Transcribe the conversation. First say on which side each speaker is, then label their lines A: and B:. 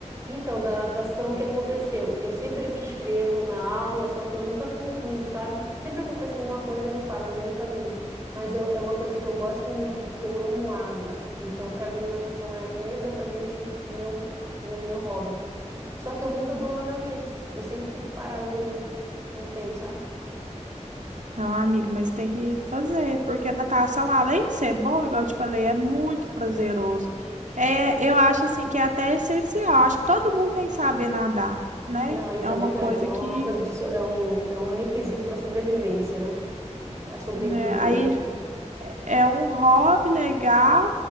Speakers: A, on the right; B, on the right.
A: Então, da natação, o que aconteceu? Eu sempre me inscrevo na aula, só que eu nunca concluo, sabe? Sempre acontece alguma coisa e eu paro no meio do caminho. Mas eu, é uma coisa que eu gosto muito, porque eu amo água. Então, para mim, natação é exatamente o meu, o meu hobby. Só que eu nunca dou um andamento. Eu sempre fico parada no, no tempo, sabe?
B: Não, amiga, mas tem que fazer, porque a natação, além de ser bom, igual eu te falei, é muito prazeroso. É, eu acho, assim, que é até essencial. Acho que todo mundo tem que saber nadar, né?
A: Não, isso
B: É
A: é
B: uma
A: verdade.
B: coisa
A: É
B: que,
A: uma coisa de, so- é um, é um requisito para sobrevivência, né? Para sobreviver,
B: né? Aí
A: né?
B: é um hobby legal,